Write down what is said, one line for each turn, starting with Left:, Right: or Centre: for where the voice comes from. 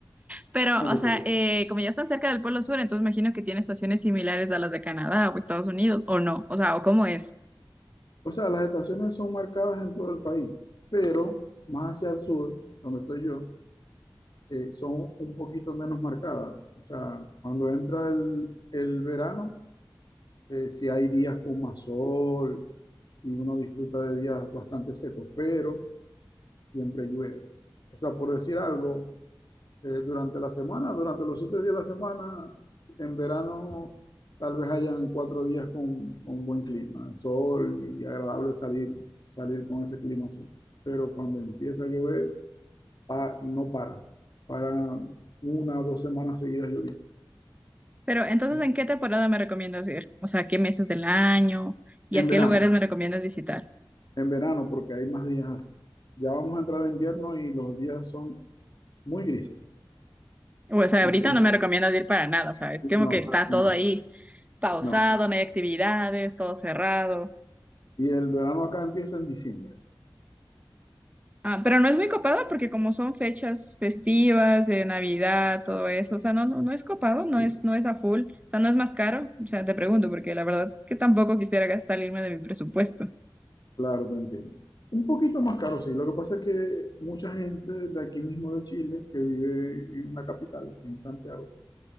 Right: Pero,
Left: no
Right: o
Left: te
Right: sea,
Left: preocupes.
Right: eh, como ya están cerca del Polo Sur, entonces imagino que tiene estaciones similares a las de Canadá o Estados Unidos, o no, o sea, o cómo es.
Left: O sea, las estaciones son marcadas en todo el país, pero más hacia el sur, donde estoy yo, eh, son un poquito menos marcadas. O sea, cuando entra el, el verano, eh, sí hay días con más sol y uno disfruta de días bastante secos, pero siempre llueve. O sea, por decir algo, eh, durante la semana, durante los siete días de la semana, en verano tal vez hayan cuatro días con, con buen clima, sol y agradable salir, salir con ese clima así. Pero cuando empieza a llover, pa- no para, para una o dos semanas seguidas lloviendo.
Right: Pero entonces,
Left: En,
Right: ¿en qué temporada me recomiendas ir? O sea, ¿qué meses del año y
Left: en
Right: a qué
Left: verano,
Right: lugares me recomiendas visitar?
Left: en verano porque hay más días así. Ya vamos a entrar en invierno y los días son muy grises.
Right: O sea,
Left: Entonces,
Right: ahorita no me recomiendas ir para nada, o sea, es como
Left: no,
Right: que está
Left: no,
Right: todo ahí pausado,
Left: no.
Right: no hay actividades, todo cerrado.
Left: Y el verano acá empieza en diciembre.
Right: Ah, pero no es muy copado porque como son fechas festivas de Navidad, todo eso, o sea, no, no, no es copado,
Left: Sí,
Right: no es, no es a full, o sea, no es más caro, o sea, te pregunto porque la verdad es que tampoco quisiera gastar- salirme de mi presupuesto.
Left: Claro, te entiendo. Un poquito más caro, sí. Lo que pasa es que mucha gente de aquí mismo de Chile, que vive en la capital, en Santiago,